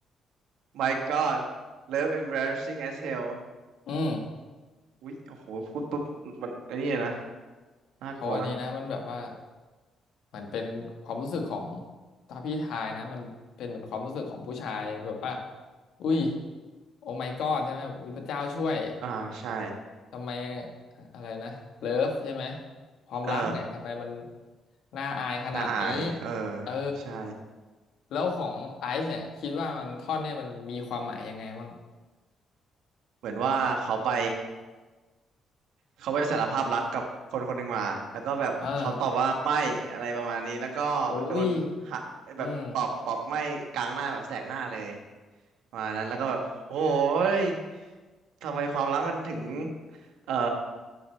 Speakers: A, on the right; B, on the left.
A: My God Love Embarrassing as Hell
B: อืม
A: อุ๊ยโอ้โห พูดปุ๊บมันไอ้นี่เลยนะน่ากลัวนะ
B: เขาอันนี้นะมันแบบว่า มันเป็นความรู้สึกของถ้าพี่ทายนะมันเป็นเหมือนความรู้สึกของผู้ชายแบบว่าอุ้ยโอ้ my god ใช่ไหมแบบอุ้ยพระเจ้าช่วย
A: อ่า ใช่
B: ทำไมอะไรนะเลิฟใช่ไหมความรักเนี่ยทำไมมัน
A: เออ
B: น่าอายขนาดนี้
A: น่าอาย เออ
B: เออ
A: ใช่
B: แล้วของไอซ์เนี่ยคิดว่ามันท่อนเนี่ยมันมีความหมายยังไงบ้าง
A: เหมือนว่าเขาไป เขาไปสารภาพรักกับคนคนหนึ่งมา แล้วก็แบบเขาตอบว่าไม่อะไรประมาณนี้
B: เออ
A: แล้วก็โดนหะแบบตอบตอบไม่กลางหน้าแบบแสกหน้าเลย
B: โอ้ยอืม
A: ประมาณนั้นแล้วก็แบบโอ้ยทำไมความรักมันถึงเอ่อ